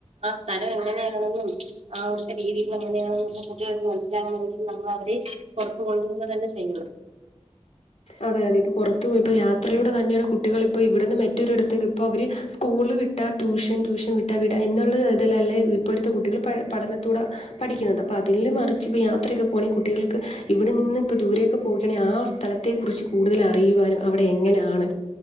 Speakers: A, on the right (about 70°); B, on the left (about 85°).
A: ആ സ്ഥലം എങ്ങനെയാണെന്നും ആവിടുത്തെ രീതി... എങ്ങനെയാണെന്നൊക്കെ കുട്ടികൾക്ക് മനസ്സിലാവണെങ്കിൽ നമ്മൾ അവരെ പുറത്ത് കൊണ്ട് പോവുക തന്നെ ചെയ്യണം
B: അതെ അതെ ഇപ്പൊ പുറത്ത പോ ഇപ്പോ യാത്രയിലൂടെ തന്നെയാണ് കുട്ടികൾ ഇപ്പ ഇവിടുന്ന് മറ്റൊരിടത്തേക്ക് ഇപ്പൊ അവര് സ്കൂള് വിട്ടു വിട്ടാ ട്യൂഷൻ ട്യൂഷൻ വിട്ടാ വിട് എന്നുള്ളത് ഇതിലല്ലേ ഇപ്പോഴത്തെ കുട്ടികൾ പ പഠനത്തോടെ പഠിക്കുന്നത്. അപ്പൊ അതില് മറിച്ച് ഇപ്പ യാത്രയൊക്കെ പോകണെങ്കിൽ കുട്ടികൾക്ക് ഇവിടെ നിന്ന് ഇപ്പോൾ ദൂരെ പോവുകയാണെങ്കിൽ ആ സ്ഥലത്ത്. ഇതേ കുറിച്ച് കൂടുതൽ അറിയുവാനും അവിടെ എങ്ങനെയാണ്